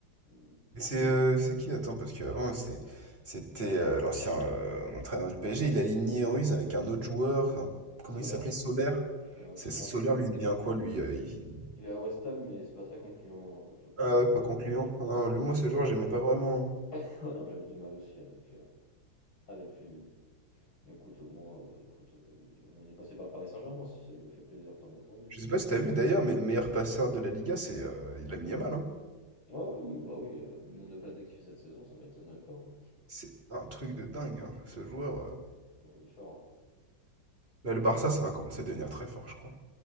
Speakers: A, on the left; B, on the right.
A: Je-
B: Et c'est euh, c'est qui? Attends, parce qu'avant, c'est, c'était euh, l'ancien euh, entraîneur du PSG, il a aligné Ruiz avec un autre joueur, un-
A: Solaire.
B: comment il s'appelait? Solaire.
A: Ah Non,
B: C'est
A: Solaire,
B: c'est Solaire,
A: c'est-
B: lui, il devient quoi, lui? euh, il
A: il est à West Ham, mais c'est pas très concluant, euh, je crois,
B: Ah
A: son
B: ouais,
A: transfert.
B: pas concluant. Ah non,
A: Non, pas
B: lui,
A: trop.
B: moi, ce joueur, j'aimais pas vraiment. hein.
A: <laughs> Ah non, j'avais du mal aussi avec, euh, avec lui, mais bon. Écoute, au moins, bah, écoute, euh, il- au moins il est passé par le Paris Saint-Germain, si ça lui a fait plaisir, tant mieux pour lui.
B: Je sais pas si t'as vu d'ailleurs, mais le meilleur passeur de la Liga, c'est euh, Lamine Yamal, hein.
A: Ah oui, oui, bah oui, euh, vu le nombre de passes dès qu'il fait cette saison, ça m'étonne même pas. hein.
B: C'est un truc de dingue, hein, ce joueur.
A: Ah non, il,
B: euh.
A: il est fort, hein.
B: Là,
A: Il
B: le Barça,
A: est très
B: ça va commencer à devenir très fort, je crois.